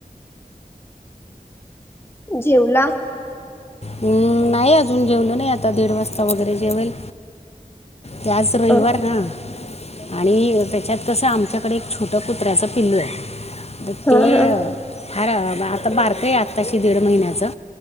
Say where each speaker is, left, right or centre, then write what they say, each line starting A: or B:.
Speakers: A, on the left (about 15°); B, on the left (about 45°).
A: जेवला?
B: हम्म नाही अजून जेवलो नाही आता दीड वाजता वगैरे जेवेल. ते आज रविवार
A: अ
B: ना. आणि त्याच्यात कसं आमच्याकडे एक छोट कुत्र्याचं पिल्लू ए.
A: हा
B: ते
A: हा
B: अ फार आता बारकं ये आत्ताशी दीड महिन्याचं